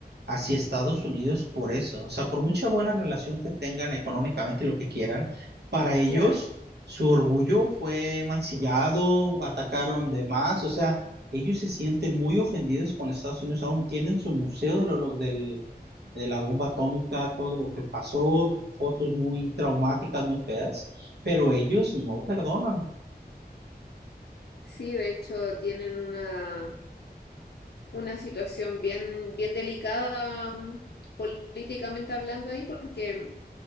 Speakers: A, on the right; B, on the left.
A: hacia Estados Unidos por eso. O sea, por mucha buena relación que tengan económicamente y lo que quieran, para ellos
B: claro.
A: su orgullo fue mancillado, atacaron de más, o sea, ellos se sienten muy ofendidos con Estados Unidos, aún tienen su museo de, lo, del, de la bomba atómica, todo lo que pasó, fotos muy traumáticas, muy feas, pero ellos no perdonan.
B: Sí, de hecho, tienen una, una situación bien, bien delicada mm, políticamente hablando ahí, porque mm,